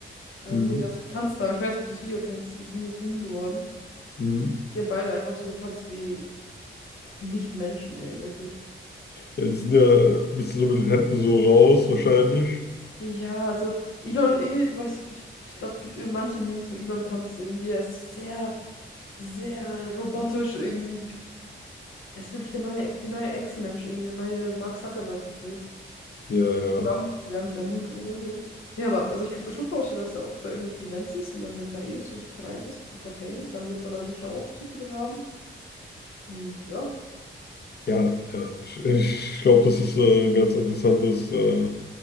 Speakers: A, on the left (about 80°); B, on the left (about 50°).
A: äh,
B: Mhm.
A: wo die da so getanzt haben. Ich weiß nicht, ob du das Video kennst, ist ein ziemliches Meme geworden.
B: Mhm.
A: Die haben beide einfach so getanzt wie Nicht-Menschen, ey, wirklich.
B: Ja, die sind ja ein bisschen so mit den Händen so raus wahrscheinlich.
A: Ja, also Elon eh, du weißt, ich, ich glaube, es gibt eh manche Memes, wo Elon tanzt irgendwie. Er ist sehr, sehr robotisch irgendwie. Er ist wirklich der neue, Ex- die neue Echsenmensch, irgendwie der neue Mark Zuckerberg gefühlt.
B: Ja, ja,
A: Trump, ja, mit seinem Hund. jo, jo, jo. Nee, aber also ich könnte mir schon vorstellen, dass er oft bei irgendwelchen Events ist und dann, wenn man eh so super reich ist und super fame ist, dann wird man da sicher auch Zutritt haben. Und ja,
B: ja, ja. Ich, ich glaube, das ist äh, ein ganz interessantes, äh,